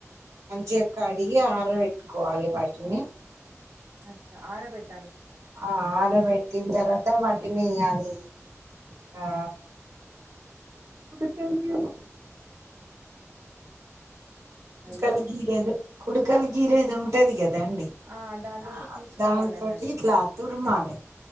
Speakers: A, on the right; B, on the right.
A: మంచిగా కడిగి ఆర వెట్టుకోవాలి వాటిని
B: అచ్చ ఆరబెట్
A: ఆ ఆరబెట్టిన్ తర త్తం వాటిని అదీ ఆ కుడుకల్ గీర్ కుడుకల
B: హలో
A: గీరేది కుడుకల్ గీరేది ఉంటది గద్ దండి
B: ఆ దాంతోటి
A: ఆ
B: గీసుకోవాలన్నట్టు
A: దాంతోటి ఇట్లా తుర్మాలే.